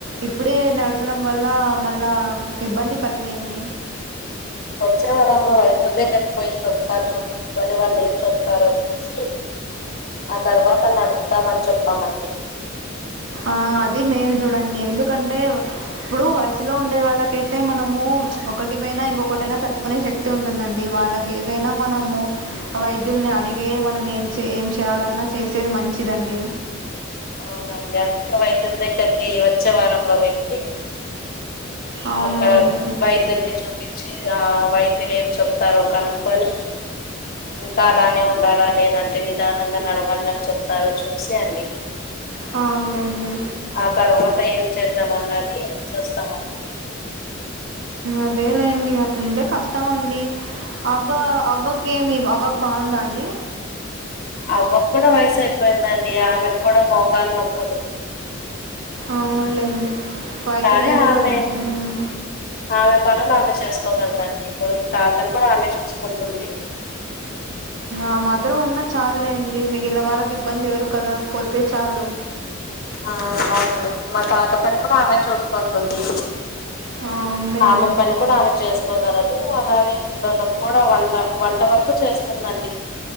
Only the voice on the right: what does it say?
ఇప్పుడే నడచడం వల్ల మళ్ళా ఇబ్బంది కలిగేని
ఆ అది మేల్ చూడండి ఎందుకంట? ఇప్పుడు వయసులో ఉండే వాళ్ళకైతే మనము ఒకటి పైన ఇంకొకటి అయినా తట్టుకునే శక్తి అట్లే ఉంటుందండి వాళ్ళకి ఏదైనా మనము వైద్యుల్ని అడిగే మనం ఏం చేయాలన్నా చేసేది మంచిదండి.
అవునులేండి
అవునులేండి.
అదే లేండి అట్లుంటే కష్టమండి. అవ్వ అవ్వకేమి అవ్వకు బాగుందా అండి.
అవునులేండి వయసు
మీద
పడి హ్మ్.
ఆ మాత్రం ఉన్న చాలులేండి, మిగిలిన వాళ్ళకి ఇబ్బంది ఎవరు కలగకపోతే చాలు.
అవునులేండి.